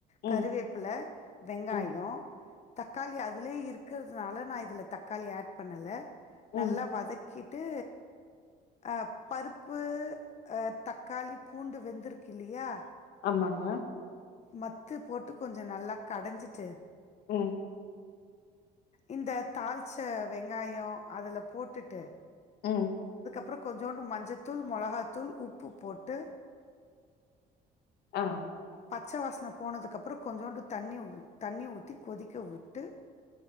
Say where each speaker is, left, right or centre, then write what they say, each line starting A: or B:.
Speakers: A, on the left (about 40°); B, on the left (about 75°).
A: கருவேப்பில
B: ம்
A: வெங்காயொ
B: ம்
A: தக்காளி அதுலயே இருக்குறதுனால நா இதுல தக்காளி ஆட் பண்ணல நல்லா
B: ம்
A: வதக் க்கிட்டு அ பருப்பு அ தக் காளி பூண்டு வெந்துருக்கில்லையா
B: ஆமாங்க
A: மத்து போட்டு கொஞ்ச நல்லா கடஞ்சுட்டு
B: உம்
A: இந்த தாள்ச்ச வெங்காயொ அதுல போட்டுட்டு
B: உம்
A: ப்றொ கொஞ்சோண்டு மஞ்சத்தூள் மொளகாத்தூள் உப்பு போட்டு
B: ஆ
A: பச்ச வாசன போனதுக்கப்றொ கொஞ்சோண்டு தண்ணி தண்ணி ஊத்தி கொதிக்க விட்டு